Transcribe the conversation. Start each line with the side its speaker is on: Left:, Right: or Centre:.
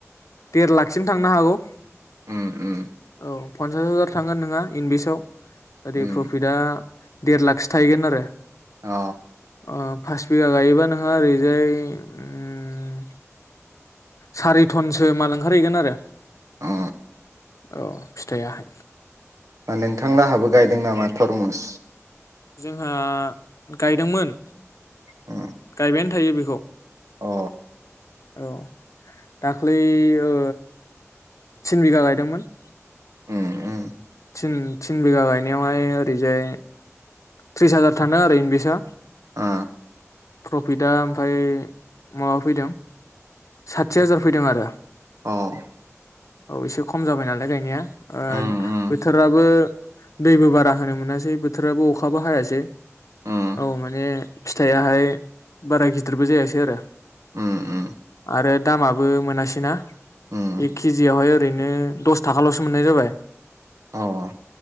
Left: देर लाखसिम थांनो हागौ
Right: उ उ
Left: औ पन्सास हाजार थांगोन नङा इंनभिसाव ओरै
Right: उम
Left: प्रफिटआ देर लाखसो थाहैगोन आरो
Right: ओ
Left: ओ पास बिघा गायोबा नोंहा ओरैजाय उम सारिथन मा लांंखारहैगोन आरो
Right: ओ
Left: औ फिथाइयाहाय
Right: मा नोंथांलाहाबो गायदों नामा थरमुस
Left: जोंहा गायदोंमोन
Right: उम
Left: गाय बेन थायो बेखौ
Right: अ
Left: औ दाख्लै ओ थिन बिगा गायदोंमोन
Right: उम उम
Left: थिन थिन बिघा गायनायावहाय ओरैजाय त्रिस हाजार थानो आरोओर इन्दिसआ
Right: ओ
Left: प्रफिटआ ओमफ्राय माबा फैदों साथि हाजार फैदों आरो।
Right: औ
Left: औ एसे खम जाबाय नालाय दायो। आ
Right: उम उम
Left: बोथोराबो दैबो बारा होनो मोनासै बोथोराबो अखाबो हायासै
Right: उम
Left: औ माने फिथायाहाय बारा गिदिरबो जायासै आरो।
Right: उम उम
Left: आरो। दामाबो मोनासै ना।
Right: उम
Left: एकखिजिआवनो ओरैनो दस थाखाल'सो मोननाय जाबाय
Right: औ